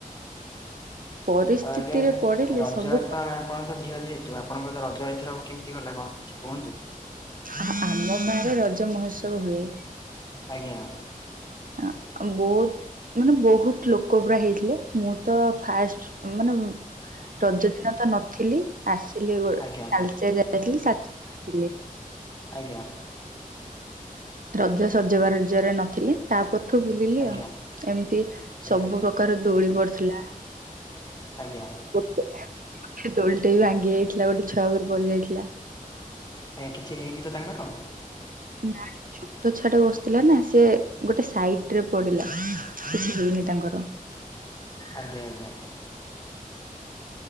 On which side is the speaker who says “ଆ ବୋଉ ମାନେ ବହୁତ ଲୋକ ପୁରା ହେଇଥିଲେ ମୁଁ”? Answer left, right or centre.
Right